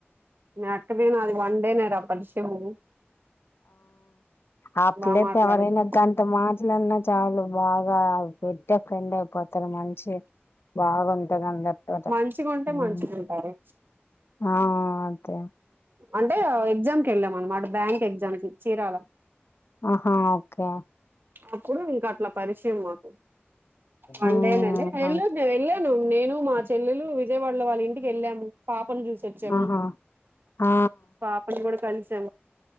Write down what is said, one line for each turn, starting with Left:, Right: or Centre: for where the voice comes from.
Right: మీ అక్కది నాది వన్డే నే రా పరిచయము
Left: ఆ పిల్లతో
Right: బాగా మాట్లాడిద్ది
Left: ఎవరైనా గంట మాట్లాడిన చాలా బాగా పెద్ద ఫ్రెండ్ అయిపోతారు మంచి బాగుంటది అందరితోటి
Right: మంచిగా ఉంటే
Left: ఉమ్
Right: మంచిగా ఉంటారు
Left: ఆ అదే
Right: అంటే ఎగ్జామ్ కెళ్ళమానమట బ్యాంక్ ఎగ్జామ్ కి చీరాల
Left: ఆహా ఓకే
Right: అప్పుడు ఇంకా అట్లా పరిచయం మాకు వన్
Left: ఉమ్
Right: డే నేలే వెళ్ళాను
Left: అదే
Right: నేను వెళ్ళను నేను మా చెల్లెలు విజయవాడలో వాళ్ళ ఇంటికి వెళ్ళాము పాపను చూసొచ్చాము
Left: ఆహా ఆ
Right: పాపని కూడా కలిసి